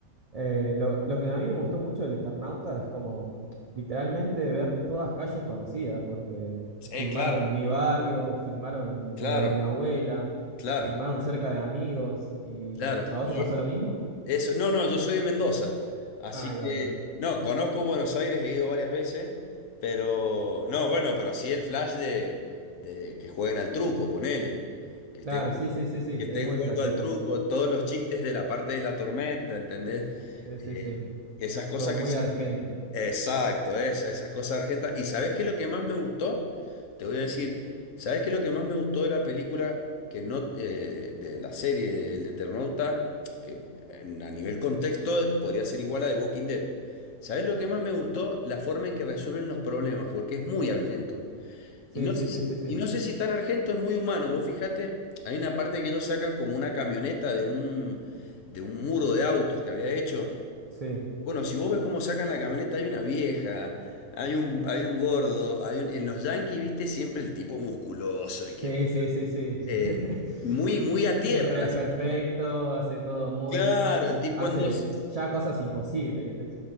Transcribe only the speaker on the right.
Eh, lo, lo que a mí me gustó mucho del Eternauta es como literalmente ver todas calles conocidas, porque
filmaron
en mi barrio, filmaron
en lo de mi abuela,
filmaron cerca de amigos. Y...
¿A vos
te pasó
lo mismo?
Ah, ahí
va, ahí va.
Claro,
sí, sí, sí, sí,
es muy
flashero
eso.
Sí,
sí, sí.
Todo muy argento.
Sí,
sí,
sí,
sí, sí.
Sí,
sí,
sí, sí, sí.
<laughs>
Siempre
es
perfecto, hace todo muy
bien,
hace
ya cosas imposibles, ¿viste?